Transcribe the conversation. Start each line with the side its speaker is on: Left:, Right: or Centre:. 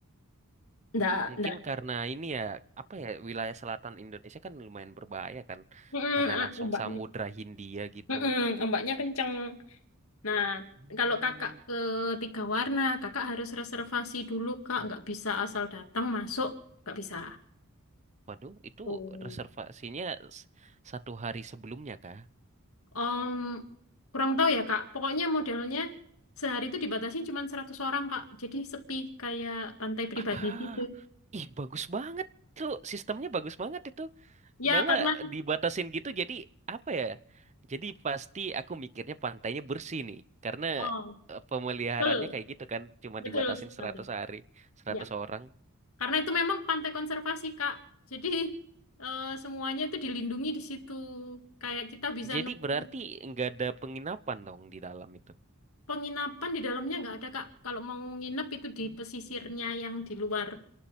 Left: Nggak,
Right: Mungkin
Left: nggak.
Right: karena ini ya, apa ya, wilayah selatan Indonesia kan lumayan berbahaya kan.
Left: Mm-mm,
Right: Karena
Left: ah,
Right: langsung
Left: ombaknya.
Right: Samudra Hindia gitu.
Left: Mm-mm, ombaknya kenceng. Nah,
Right: Hmm.
Left: kalau kakak ke tiga warna, kakak harus reservasi dulu, Kak. Nggak bisa asal datang masuk, nggak bisa.
Right: Waduh, itu
Left: oh
Right: reservasinya s- satu hari sebelumnya kah?
Left: Om, kurang tahu ya, Kak. Pokoknya modelnya sehari itu dibatasi cuma 100 orang, Kak. Jadi sepi kayak pantai pribadi
Right: Ah,
Left: gitu.
Right: ih bagus banget tuh sistemnya bagus banget itu
Left: Ya,
Right: malah
Left: karena
Right: dibatasin gitu jadi apa ya? Jadi pasti aku mikirnya pantainya bersih nih karena
Left: Oh,
Right: eh, pemeliharannya
Left: betul,
Right: kayak gitu kan cuma
Left: betul
Right: dibatasin
Left: sekali.
Right: seratus hari 100
Left: Ya,
Right: orang.
Left: karena itu memang pantai konservasi, Kak. Jadi eh, semuanya itu dilindungi di situ. Kayak kita bisa
Right: Jadi
Left: nemu
Right: berarti nggak ada penginapan dong di dalam itu.
Left: penginapan di dalamnya nggak ada, Kak. Kalau mau nginep itu di
Right: Hmm,
Left: pesisirnya yang di luar,